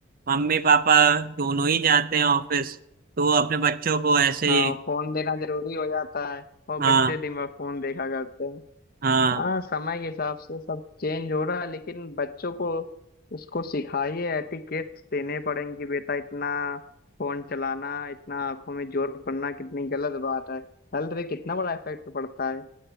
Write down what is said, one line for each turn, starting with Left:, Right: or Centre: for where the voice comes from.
Right: मम्मी पापा दोनों ही जाते हैं ऑफिस तो वो अपने बच्चों को ऐसे
Left: हाँ
Right: ही
Left: फोन देना जरूरी हो जाता है और
Right: हाँ
Left: बच्चे दिन भर फोन देखा करते हैं
Right: हाँ
Left: हाँ समय के हिसाब से सब चेंज हो रहा है लेकिन बच्चों को उसको सिखाइए एटिकेट्स देने पड़ेंगे बेटा इतना फोन चलाना इतना आंखों में जोर पड़ना कितनी गलत बात है हेल्थ पे कितना बड़ा इफेक्ट पड़ता है